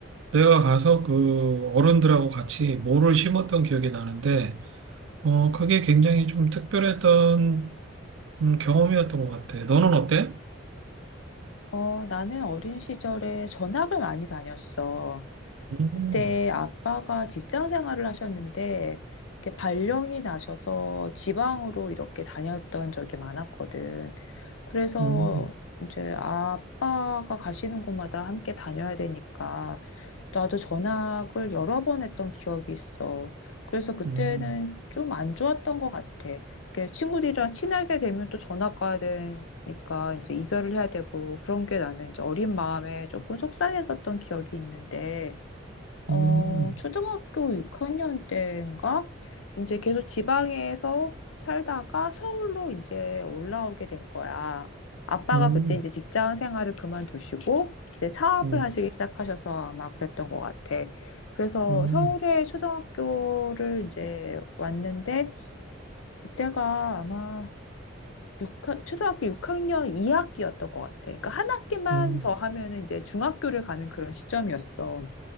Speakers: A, on the right (about 70°); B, on the left (about 75°).
A: 내가 가서 그 어른들하고 같이 모를 심었던 기억이 나는데 어 그게 굉장히 좀 특별했던 음, 경험이었던 것 같아. 너는 어때?
B: 어, 나는 어린 시절에 전학을 많이 다녔어.
A: 음,
B: 그때 아빠가 직장 생활을 하셨는데 이렇게 발령이 나셔서 지방으로 이렇게 다녔던 적이 많았거든. 그래서
A: 음,
B: 이제 아빠가 가시는 곳마다 함께 다녀야 되니까 나도 전학을 여러 번 했던 기억이 있어. 그래서 그때는
A: 음,
B: 좀 안 좋았던 것 같아. 이렇게 친구들이랑 친하게 되면 또 전학 가야 되니까 이제 이별을 해야 되고 그런 게 나는 이제 어린 마음에 조금 속상했었던 기억이 있는데 어,
A: 음,
B: 초등학교 6학년 때인가? 이제 계속 지방에서 살다가 서울로 이제 올라오게 된 거야. 아빠가
A: 음,
B: 그때 이제 직장 생활을 그만두시고 이제 사업을
A: 음,
B: 하시기 시작하셔서 아마 그랬던 것 같아. 그래서
A: 음,
B: 서울에 초등학교를 이제 왔는데 그때가 아마 6 초등학교 6학년 2학기였던 것 같아. 그러니까 한 학기만
A: 음,
B: 더 하면은 이제 중학교를 가는 그런 시점이었어.